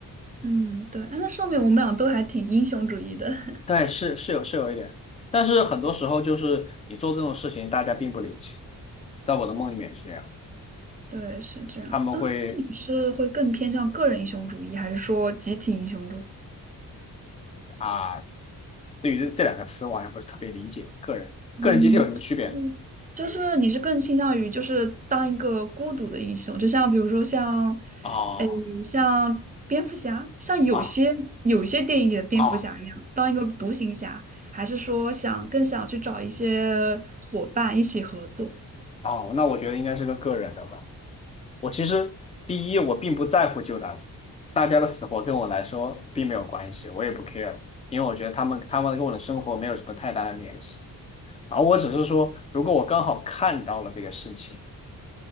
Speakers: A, on the right (about 20°); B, on the left (about 15°).
A: 嗯，对，哎，那说明我们俩都还挺英雄主义的。<laughs>
B: 对，是是有是有一点，但是很多时候就是你做这种事情，大家并不领情。在我的梦里面也是这样，
A: 对，是这样。
B: 他们会
A: 啊，所以你是会更偏向个人英雄主义，还是说集体英雄主义？
B: 啊，对于这这两个词，我好像不是特别理解。个人个人集体有什么区别呢？
A: 嗯，嗯就是你是更倾向于就是当一个孤独的英雄，就像比如说像，
B: 哦
A: 嗯像蝙蝠侠，像有些有些电影里的蝙蝠侠一样，
B: 啊啊
A: 当一个独行侠，还是说想更想去找一些伙伴一起合作？
B: 哦，那我觉得应该是个个人的吧。我其实第一，我并不在乎旧搭子，大家的死活跟我来说并没有关系，我也不 care，因为我觉得他们他们跟我的生活没有什么太大的联系。然后我只是说，如果我刚好看到了这个事情。